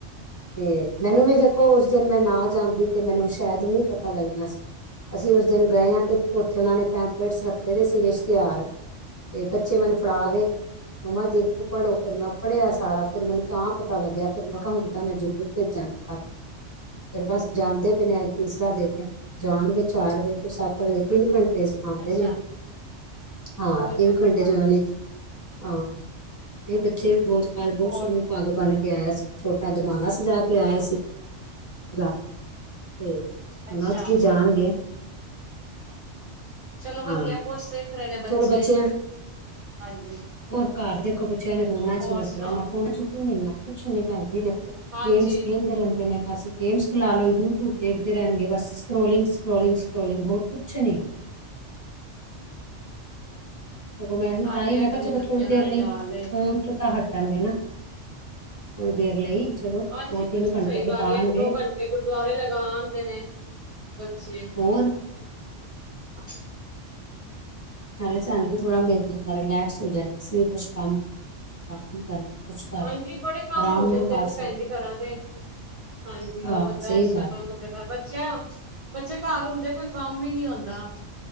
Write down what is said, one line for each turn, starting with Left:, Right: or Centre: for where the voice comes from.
Left: ਤੇ ਮੈਨੂੰ ਵੀ ਦੇਖੋ ਉਸ ਦਿਨ
Right: ਹਾਂਜੀ।
Left: ਮੈਂ ਨਾ ਜਾਂਦੀ, ਤੇ ਮੈਨੂੰ ਸ਼ਾਇਦ ਨੀ ਪਤਾ ਲੱਗਣਾ ਸੀ। ਅਸੀਂ ਉਸ ਦਿਨ ਗਏ ਆਂ ਤੇ ਉੱਥੇ ਉਹਨਾਂ ਨੇ ਪੈਂਪਲੇਟਸ ਰੱਖੇ ਦੇ ਸੀਗੇ ਇਸ਼ਤਿਹਾਰ ਤੇ ਬੱਚੇ ਮੈਨੂੰ ਫੜਾ ਗਏ ਮਮਾ ਦੇਖੋ ਪੜੋ, ਫਿਰ ਮੈਂ ਪੜ੍ਹਿਆ ਸਾਰਾ ਫੇਰ ਮੈਨੂੰ ਤਾਂ ਪਤਾ ਲੱਗਿਆ ਫੇਰ ਮੈਂ ਕਿਹਾ ਹੁਣ ਤਾਂ ਮੈਂ ਜਰੂਰ ਭੇਜਾਂਗੀ ਕੱਲ। ਫੇਰ ਬਸ ਜਾਂਦੇ ਪਏ ਨੇ, ਅੱਜ ਤੀਸਰਾ ਦਿਨ ਜਾਣਗੇ ਚਾਰ ਵਜੇ ਤੋਂ ਸੱਤ ਵਜੇ ਤਿੰਨ ਘੰਟੇ ਸ ਆਉਂਦੇ
Right: ਅੱਛਾ
Left: ਨੇ ਹਾਂ
Right: ਬਹੁਤ
Left: ਤਿੰਨ
Right: ਚੰਗੀ
Left: ਘੰਟੇ
Right: ਗੱਲ
Left: ਜਾਣੇ।
Right: ਹੈ
Left: ਹਾਂ, ਇਹ
Right: ਹਾਂਜੀ
Left: ਬੱਚੇ ਵੀ ਬਹੁਤ <unintelligible> ਬਹੁਤ
Right: ਹੋਰ
Left: ਸੋਹਣੇ। ਪੱਗ ਬਣ ਕੇ ਆਇਆ ਸੀ, ਛੋਟਾ ਦਮਾਲਾ ਸਜਾ ਕੇ ਆਇਆ ਸੀ। <inaudible>
Right: ਅੱਛਾ,
Left: ਉਹਨਾਂ ਚ ਵੀ ਜਾਣਗੇ
Right: ਚਲੋ ਵਧੀਆ
Left: ਹਾਂ
Right: ਕੁਛ ਸ ਵੱਖਰੇ ਨੇ ਬੱਚੇ
Left: ਚਲੋ ਬੱਚਿਆਂ
Right: ਹਾਂਜੀ।
Left: ਹੋਰ ਘਰ ਦੇਖੋ ਬੱਚਿਆਂ ਨੇ ਫੋਨਾਂ ਚ
Right: ਹੋਰ
Left: ਈ ਲੱਗੇ
Right: ਸੁਣਾਓ
Left: ਰਹਿਣਾ ਫੋਨਾਂ ਚੁ ਕੀ ਮਿਲਣਾ, ਕੁਛ ਨੀ ਭੈਣ ਜੀ ਦੇਖੋ।
Right: ਹਾਂਜੀ।
Left: ਗੇਮ ਖੇਲਦੇ ਰੈਂਦੇ ਨੇ। ਬਸ ਗੇਮਸ ਖਿਲਾ ਲੋੋ ਯੂਟਿਊਬ ਦੇਖਦੇ ਰਹਿਣਗੇ ਬਸ, ਸਕਰੋਲਿੰਗ ਸਕਰੋਲਿੰਗ ਸਕਰੋਲਿੰਗ ਹੋਰ ਕੁਛ ਨੀ। ਸਗੋਂ ਮੈਂ
Right: ਤੁਹਾਡੇ
Left: ਤਾਂ ਹੀ ਮੈਂ
Right: ਇੱਧਰ
Left: ਕਿਹਾ
Right: ਵੀ
Left: ਚਲੋ
Right: ਬੱਚਿਆਂ
Left: ਥੋੜੀ ਦੇਰ
Right: ਦਾ
Left: ਲਈ
Right: ਹੀ ਹਾਲ
Left: ਫੋਨ
Right: ਏ।
Left: ਤੋਂ ਤਾਂ ਹਟ ਣਗੇ ਨਾ, ਥੋੜੀ ਦੇਰ ਲਈ। ਚਲੋ
Right: ਹਾਂਜੀ
Left: ਦੋ
Right: ਬਿਲਕੁਲ
Left: ਤਿੰਨ ਘੰਟੇ
Right: ਸਹੀ
Left: ਬਿਤਾਉਣਗੇ
Right: ਗੱਲ ਐ, ਇੱਕ ਦੋ ਘੰਟੇ ਗੁਰਦੁਆਰੇ ਲਗਾ ਆਂਦੇ ਨੇ ਬੱਚੇ।
Left: ਹੋਰ।
Right: ਅੱ
Left: ਸਾਰੇ ਸਾਨੂੰ ਵੀ ਥੋੜ੍ਹਾ ਮਿਨ ਜਾਂਦਾ ਰਿਲੈਕਸ ਹੋ ਜਾਂਦੇ ਸੀ ਕੁਛ ਕੰਮ <unintelligible> ਕਰਨਾ। ਕੁਛ ਕਰਨਾ
Right: ਹਾਂਜੀ, ਬੜੇ ਕੰਮ
Left: ਆਰਾਮ
Right: ਹੁੰਦੇ
Left: ਨਾਲ
Right: ਨੇ
Left: ਕਰ
Right: ਦੇਖੋ
Left: ਸਕਦੇ
Right: ਭੈਣ ਜੀ ਘਰਾਂ ਦੇ। ਹਾਂਜੀ ਉਹ
Left: ਆਹ
Right: ਬੰਦਾ
Left: ਸਹੀ
Right: ਐਕਸਟਰਾ
Left: ਗੱਲ
Right: ਕੰਮ ਬੰਦਾ <unintelligible> ਬਚਿਆ ਬੱਚੇ ਘਰ ਹੁੰਦੇ ਕੋਈ ਕੰਮ ਵੀ ਨ੍ਹੀਂ ਹੁੰਦਾ।